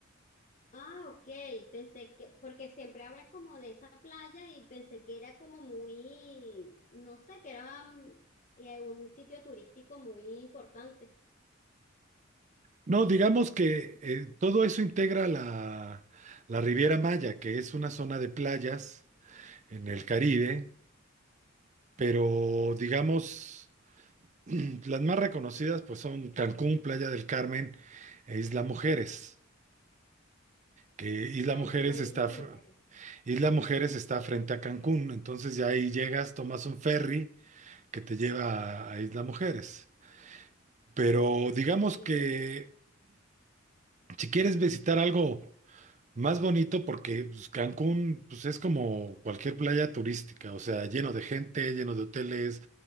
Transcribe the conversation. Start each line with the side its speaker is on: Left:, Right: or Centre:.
Left: Ah, ok, pensé que, porque siempre hablan como de esa playa y pensé que era como muy, no sé, que era mm, eh, un sitio turístico muy importante.
Right: No, digamos que eh, todo eso integra la, la Riviera Maya, que es una zona de playas en el Caribe, pero digamos... <clears throat> Las más reconocidas pues son Cancún, Playa del Carmen e Isla Mujeres, que Isla
Left: Ah,
Right: Mujeres
Left: esa isla,
Right: está,
Left: mujer.
Right: fr- Isla Mujeres está frente a Cancún, entonces ya ahí llegas, tomas un ferry que te lleva a, a Isla Mujeres. Pero digamos
Left: Ok,
Right: que si quieres visitar algo más bonito, porque pues, Cancún pues, es como cualquier playa turística, o sea, lleno de gente, lleno de hoteles